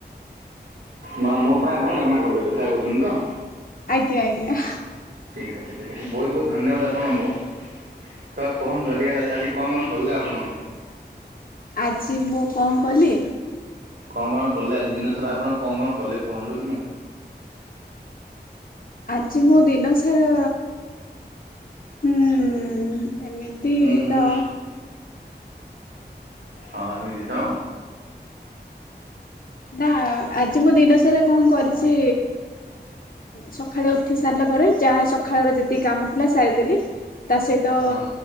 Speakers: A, on the right; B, on the left.
A: ମା ମୋ ପାଇଁ ଆପଣ କାମନା କରିଦେବେ ସେଇଆ କହୁଛନ୍ତି ତ?
B: ଆଜ୍ଞା ଆଜ୍ଞା।
A: ବୋହୁତ୍ ବୋହୁତ୍ ଧନ୍ୟବାଦ ଆପଣଙ୍କୁ ତ କୁହନ୍ତୁ ଅଧିକା ଆଜି ଆଜି କଣ କଲେ ଆପଣ?
B: ଆଜି ମୁଁ କଣ କଲି?
A: କଣ କଣ କଲେ ଆଜି ଦିନ ସାରା ଆପଣ କଣ କଣ କଲେ କୁହନ୍ତୁ ଟିକେ?
B: ଆଜି ମୁଁ ଦିନ ସାରା ହୁଁ ଏମିତି
A: ହୁଁ
B: ତ।
A: ହଁ ଏମିତି ତ।
B: ନା ଆଜି ମୁଁ ଦିନ ସାରା କଣ କରିଛି ସଖାଳେ ଉଠି ସାରିଲା ପରେ ଚାହା ସଖାଳର ଯେତିକି କାମ ଥିଲା ସାରିଦେଲି। ତା ସହିତ
A: ହଁ